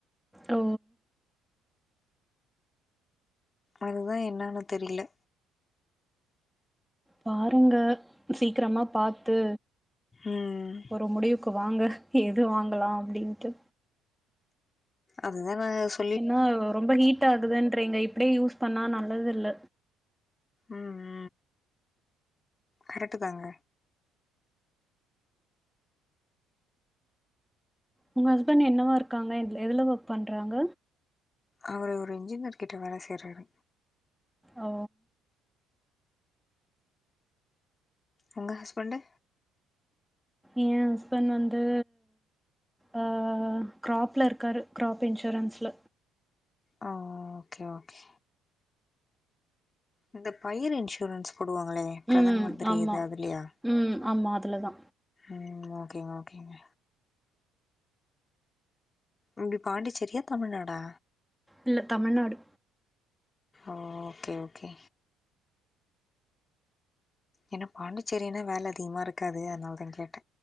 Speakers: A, in the centre; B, on the left.
A: ஓ
B: அதுதா என்னனு தெரியல
A: பாருங்க சீக்கிரமா பாத்து
B: ம்
A: ஒரு முடிவுக்கு வாங்க எது வாங்களா அப்டின்ட்டு
B: அதுதானஸ்
A: ஏன்னா ரொம்ப ஹீட் ஆகுதுன்றீங்க இப்டியே யூஸ் பண்ணா நல்லது இல்ல
B: உ உ கரெக்ட்டு தாங்க
A: உங்க ஹஸ்பண்ட் என்னவா இருக்காங்க எதுல ஒர்க் பண்றாங்க
B: அவரு ஒரு இன்ஜினியர் கிட்ட வேல செய்றாரு
A: ஓ
B: உங்க ஹஸ்பண்டு
A: ஏ ஹஸ்பண்ட் வந்து ஆ கிராப்ல இருக்காரு கிராப் இன்சூரன்ஸ்ல
B: ஆ ஓகே ஓகே இந்த பயிர் இன்சூரன்ஸ் போடுவாங்களே பிரதான்
A: ம்
B: மந்திரி
A: ஆமா
B: இது அதுலயா
A: ம் ஆமா அதுலதா
B: உ ஓகேங்க ஓகேங்க நீங்க பாண்டிச்சேரியா தமிழ்நாடா
A: இல்ல தமிழ்நாடு
B: ஓ ஓகே ஓகே ஏன்னா பாண்டிச்சேரினா வேல அதிகமா இருக்காது அதுனால தா கேட்ட